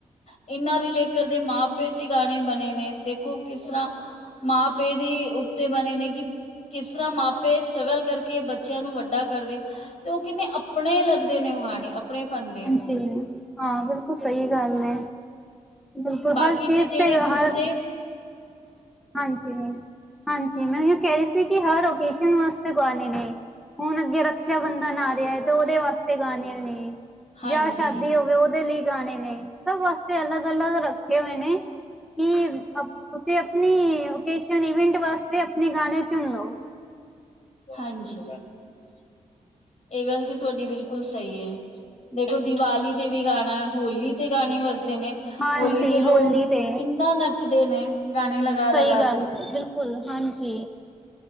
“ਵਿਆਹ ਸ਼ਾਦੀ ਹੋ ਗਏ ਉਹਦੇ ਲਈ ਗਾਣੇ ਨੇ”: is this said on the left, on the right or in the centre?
Centre